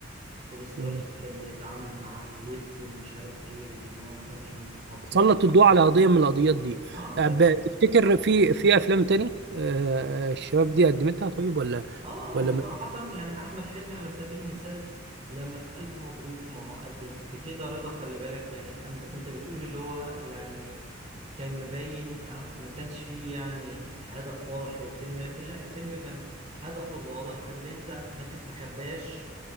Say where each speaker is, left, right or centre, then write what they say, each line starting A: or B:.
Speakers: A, on the right; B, on the right.
A: والاسرائيلي
B: مم.
A: كان بيتعامل معاه بود ومش عارف ايه لكن هو ما كانش متقبله
B: سلط الضوء على قضيه من القضيات دي
A: اه
B: آه،
A: كانت
B: ب- تفتكر في في افلام تاني آه، آه، الشباب دي قدمتها طيب ولا
A: اه
B: ولا
A: وصراحة
B: ما-
A: يعني احمد حلمي على سبيل المثال لما في الف مبروك ما هو قدم في كده رضا خلي بالك يعني انت انت بتقول اللي هو يعني كان مبين آه، ما كانش فيه يعني هدف واضح للفيلم لكن لا الفيلم كان هدفه الواضح اللي انت ما تستخباش